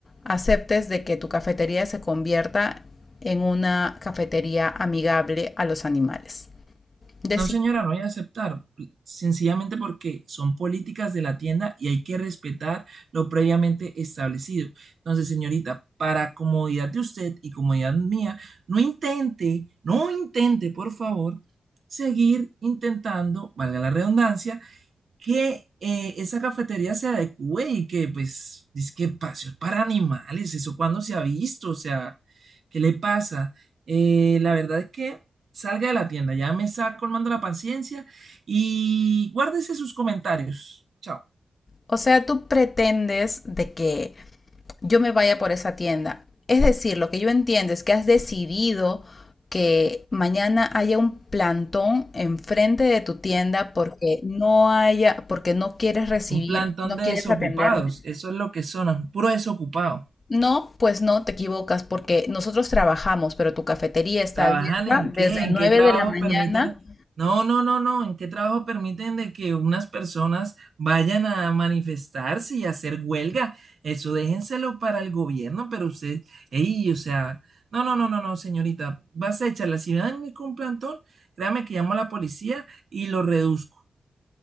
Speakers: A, on the left; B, on the right.
A: aceptes de que tu cafetería se convierta en una cafetería amigable a los animales. Decir,
B: No, señora, no voy a aceptar, sencillamente porque son políticas de la tienda y hay que respetar lo previamente establecido. Entonces, señorita, para comodidad de usted y comodidad mía, no intente, no intente, por favor, seguir intentando, valga la redundancia, que eh, esa cafetería se adecue y que, pues, es que espacios para animales, eso cuando se ha visto, o sea, ¿qué le pasa? Eh, la verdad es que salga de la tienda, ya me está colmando la paciencia y guárdese sus comentarios. Chao.
A: o sea, tú pretendes de que yo me vaya por esa tienda. Es decir, lo que yo entiendo es que has decidido que mañana haya un plantón enfrente de tu tienda porque no haya, porque no quieres recibir,
B: Un plantón
A: no
B: de
A: quieres
B: desocupados,
A: atenderme.
B: eso es lo que son, puro desocupado.
A: No, pues no, te equivocas porque nosotros trabajamos, pero tu cafetería está
B: ¿Trabajar
A: abierta
B: en
A: desde
B: qué? ¿En
A: nueve
B: qué trabajo
A: de la mañana
B: permiten? No, no, no, no. ¿En qué trabajo permiten de que unas personas vayan a manifestarse y hacer huelga? Eso déjenselo para el gobierno, pero usted, ey, o sea, no, no, no, no, no, señorita. Vas a echarla. Si van con un plantón, créame que llamo a la policía y lo reduzco.